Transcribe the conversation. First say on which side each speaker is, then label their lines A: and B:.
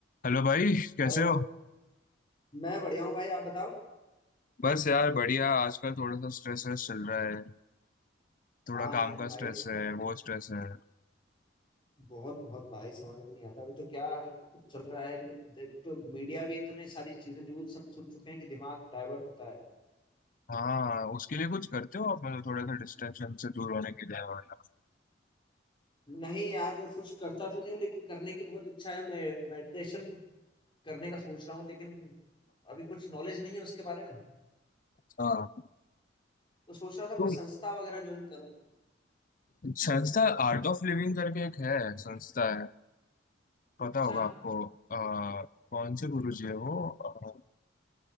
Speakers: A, on the left (about 45°); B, on the left (about 25°).
A: Hello भाई कैसे
B: Hello
A: हो
B: मैं बढ़िया हूँ भाई आप बताओ
A: बस यार बढ़िया आजकल थोड़ा सा स्ट्रेस स्ट्रेस चल रहा है थोड़ा
B: हाँ
A: काम
B: यार
A: का
B: लाइफ
A: स्ट्रेस
B: क्या
A: है
B: बोल-
A: वो स्ट्रेस है
B: बहुत बहुत भाई समझ में नहीं आता अभी तो क्या कुछ चल रहा है कि देख तो मीडिया भी इतनी सारी चीजें न्यूज हम सुन चुके हैं कि दिमाग डाइवर्ट होता है
A: हाँ उसके लिए कुछ करते हो आप मतलब थोड़ा सा डिस्ट्रैक्शन से दूर होने के लिए वगैरह?
B: नहीं यार कुछ करता तो नहीं हूँ लेकिन करने की बहुत इच्छा है मैं मेडिटेशन करने का सोच रहा हूँ लेकिन अभी कुछ नॉलेज नहीं है उसके बारे में
A: हाँ
B: तो सोच रहा था
A: तो
B: कोई संस्था वगैरह ज्वाइन करूँ
A: संस्था आर्ट ऑफ लिविंग करके एक है संस्था है पता
B: अच्छा
A: होगा आपको आ, कौन से गुरु जी है वो अ,